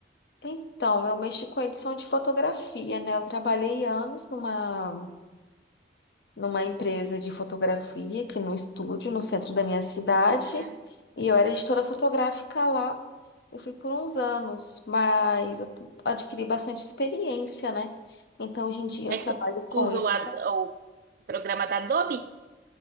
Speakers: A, on the left (about 60°); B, on the right (about 50°).
A: então, eu mexo com edição de fotografia, né? Eu trabalhei anos numa. numa empresa de fotografia aqui no estúdio, no centro da minha cidade,
B: Ah,
A: e eu era editora fotográfica lá. Eu fui por uns anos, mas eu t- adquiri bastante experiência, né? Então, hoje em dia, eu
B: É
A: trabalho
B: que tu,
A: com
B: tu usa
A: isso.
B: o, Ad- o programa da Adobe?